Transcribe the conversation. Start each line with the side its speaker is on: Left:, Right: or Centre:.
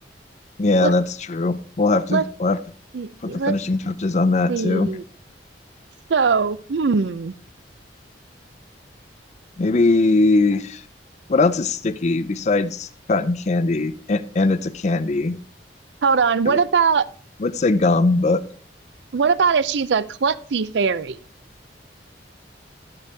Left: yeah,
Right: Let's
Left: that's true. We'll have to
Right: let's
Left: we'll have to
Right: see.
Left: put
Right: Let's
Left: the finishing touches on that
Right: see.
Left: too.
Right: So, hmm.
Left: Maybe What else is sticky besides cotton candy? And, and it's a candy.
Right: Hold on. What
Left: I would,
Right: about
Left: would say gum, but
Right: what about if she's a klutzy fairy?